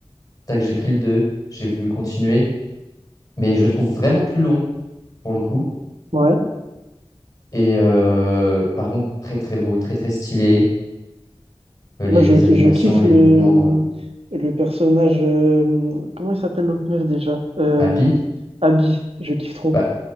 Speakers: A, on the left (about 30°); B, on the right (about 65°).
A: tac, j'ai pris le 2 j'ai voulu continuer, mais je le trouve vraiment plus long pour le coup.
B: Ouais.
A: Et euh, par contre, très très beau, très très stylé. Euh, Les,
B: Moi, je,
A: les
B: je
A: animations,
B: kiffe
A: les
B: le,
A: mouvements euh,
B: le personnage. euh, comment il s'appelle l'autre meuf déjà? Euh,
A: à billes.
B: Abby, je kiffe trop.
A: Bah,